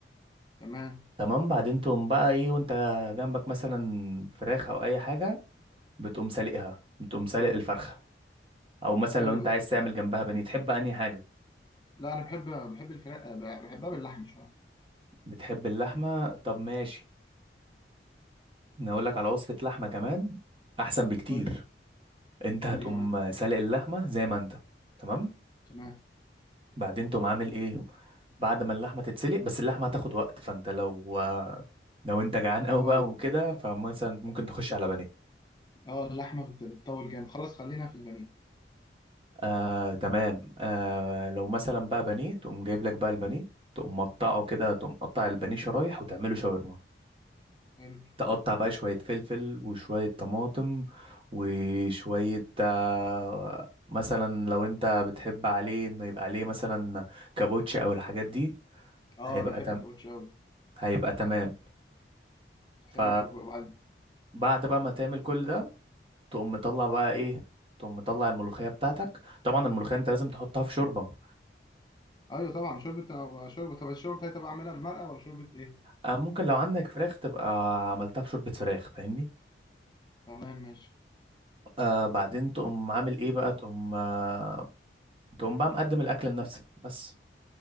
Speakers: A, on the left (about 25°); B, on the right (about 30°).
A: تمام
B: تمام بعدين تقوم بقى ايه وانت جنبك مثلا فراخ او اي حاجه بتقوم سالقها بتقوم سالق الفرخه او مثلا
A: حلو
B: لو انت
A: ده
B: عايز تعمل جنبها بانيه تحب انهي حاجه
A: لا انا بحب بحب الفراخ آه، بحبها باللحمه شويه
B: بتحب اللحمه طب ماشي انا اقول لك على وصفه لحمه كمان احسن بكتير
A: قول لي
B: انت هتقوم
A: قول لي كمان
B: سالق اللحمه زي ما انت تمام
A: تمام
B: بعدين تقوم عامل ايه بعد ما اللحمه تتسلق بس اللحمه هتاخد وقت فانت لو لو انت جعان قوي
A: اه
B: بقى وكده فمثلا ممكن تخش على بانيه
A: اه اللحمه بت- بتطول جامد خلاص خلينا في البانيه
B: آه تمام آه لو مثلا بقى بانيه تقوم جايب لك بقى البانيه تقوم مقطعه كده تقوم قطع البانيه شرايح وتعمله شاورما
A: حلو
B: تقطع بقى شوية فلفل وشوية طماطم وشوية آه مثلا لو انت بتحب عليه انه يبقى عليه مثلا كابوتش او الحاجات دي
A: اه
B: هيبقى
A: انا بحب
B: تم
A: الكاوتش قوي
B: هيبقى تمام
A: حلو
B: ف
A: طب وبعد
B: بعد بقى ما تعمل كل ده تقوم مطلع بقى ايه تقوم مطلع الملوخية بتاعتك طبعا الملوخية انت لازم تحطها في شوربة
A: ايوه طبعا شوربه شوربه طب الشوربه بتاعتي بقى اعملها بمرقه ولا شوربه ايه
B: آه ممكن لو عندك فراخ تبقى عملتها في شوربة فراخ فاهمني
A: تمام ماشي
B: آه بعدين تقوم عامل ايه بقى تقوم آه تقوم بقى مقدم الاكل لنفسك بس